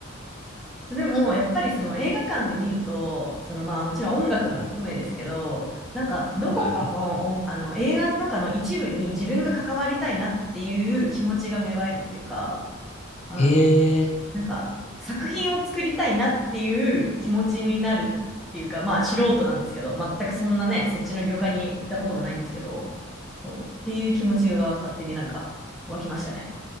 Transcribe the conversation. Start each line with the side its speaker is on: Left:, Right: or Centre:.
Centre: でも、やっぱりその映画館で見ると、そのまあもちろん音楽も含めですけど、
Left: う。はい。
Centre: なんかどこかの音あの映画の中の一部に自分が関わりたいなっていう気持ちが芽生えるっていうか、
Left: はい。
Centre: あの、
Left: へえ。
Centre: なんか作品を作りたいなっていう気持ちになるっていうか、まあ素人なんですけど、全くそんなね、そっちの業界にいたこともないんですけど、そう、っていう気持ちが勝手になんか湧きましたね。